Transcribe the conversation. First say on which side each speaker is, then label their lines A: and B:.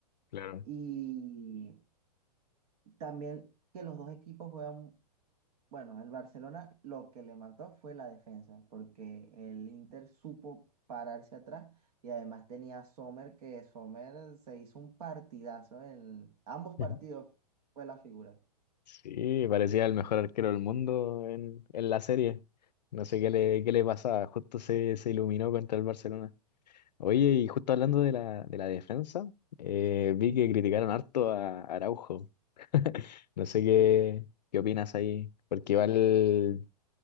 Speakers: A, on the left; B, on the right.
A: Claro.
B: Y también que los dos equipos juegan, bueno, el Barcelona lo que le mató fue la defensa, porque el Inter supo pararse atrás y además tenía a Sommer, que Sommer se hizo un partidazo en ambos partidos
A: <laughs>
B: fue la figura.
A: Sí, parecía el mejor arquero del mundo en, en la serie. No sé qué le, qué le pasaba, justo se, se iluminó contra el Barcelona. Oye, y justo hablando de la, de la defensa, eh, vi que criticaron harto a Araujo. <laughs> No sé qué, qué opinas ahí, porque igual,